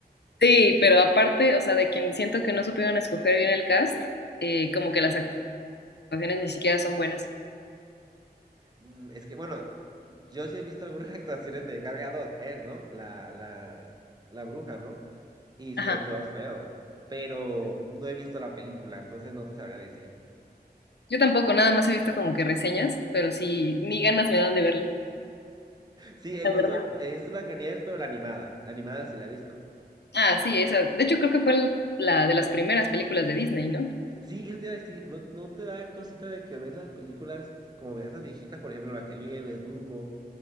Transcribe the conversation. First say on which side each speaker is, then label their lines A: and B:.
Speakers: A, on the left; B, on the right.
A: Sí, pero aparte, o sea, de quien siento que no supieron escoger bien el cast, eh, como que las actuaciones ni siquiera son buenas.
B: Mm, es que, bueno, yo sí he visto algunas <laughs> actuaciones de Gal Gadot, es, ¿no? La, la, la bruja, ¿no? Y
A: Ajá.
B: sí actúa feo. Pero no he visto la película, entonces no te sabría decir.
A: Yo tampoco, nada más he visto como que reseñas, pero sí, ni ganas me dan de verla,
B: Sí, he
A: la
B: visto,
A: verdad.
B: he visto Blancanieves, pero la animada. La animada sí la he visto.
A: Ah, sí, esa. De hecho, creo que fue el- la de las primeras películas de Disney, ¿no?
B: Sí, eso te iba a decir, ¿no, no te da cosita de que ves las películas como esas viejitas, por ejemplo, Blancanieves, Dumbo?